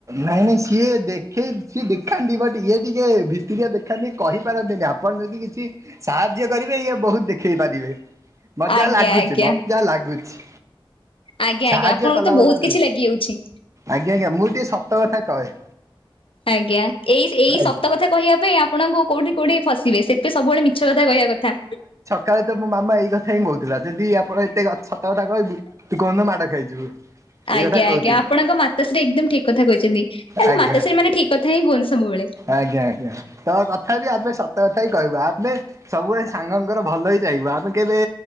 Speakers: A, on the right (about 35°); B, on the left (about 80°).
A: ନାଇଁ ନାଇଁ ସିଏ ଦେଖେଇ ସିଏ ଦେଖାନ୍ତି ବ ଇଏ ଟିକେ ଭିତରିଆ ଦେଖାନ୍ତି କହିପାରନ୍ତିନି ଆ କଣ ଯଦି କିଛି ସାହାଯ୍ୟ କରିବେ ଇଏ ବହୁତ ଦେଖେଇ ପାରିବେ। ମତେ
B: ଆଜ୍ଞା
A: ଯାହା ଲାଗୁଚି
B: ଆଜ୍ଞା
A: ମତେ ଯାହା ଲାଗୁଛି।
B: ଆଜ୍ଞା
A: ସାହାଯ୍ୟ
B: ଆଜ୍ଞା ଆପଣଙ୍କୁ
A: କଲା
B: ତ
A: ବାଲା
B: ବହୁତ
A: ଜଣେ
B: କିଛି ଲାଗିଯାଉଛି।
A: ଆଜ୍ଞା ଆଜ୍ଞା ମୁଁ ଟିକେ ସତ କଥା କହେ।
B: ଆଜ୍ଞା ଏଇ ଏଇ
A: ଆଜ୍ଞା
B: ସତ କଥା କହିବା ପାଇଁ ଆପଣଙ୍କୁ କୋଉଠି କୋଉଠି ଫସିବେ ସେ ଏ ସବୁବେଳେ ମିଛ କଥା କହିବା କଥା।
A: କାଲି ତ ମୋ ମାମା ଏଇ କଥା ହିଁ କହୁଥିଲା ଯଦି ଆପଣ ଏତେ ସତ କଥା କହିବୁ ତୁ କୋଉଦିନ ମାଡ ଖାଇଯିବୁ।
B: ଆଜ୍ଞା
A: ଏଇ କଥା କହୁଥିଲେ
B: ଆଜ୍ଞା ଆପଣଙ୍କ ମାତାଶ୍ରୀ ଏକଦମ୍ ଠିକ କଥା କହିଛନ୍ତି। ଆରେ
A: ଆଜ୍ଞା।
B: ମାତା ଶ୍ରୀ ମାନେ ଠିକ କଥା ହିଁ କୁହନ୍ତି ସବୁବେଳେ।
A: ଆଜ୍ଞା ଆଜ୍ଞା ତ କଥା ବି ଆମେ ସତ କଥା ହିଁ କହିବା ଆମେ ସବୁବେଳେ ସାଙ୍ଗଙ୍କର ଭଲ ହି ଚାହିଁବୁ ଆମେ କେବେ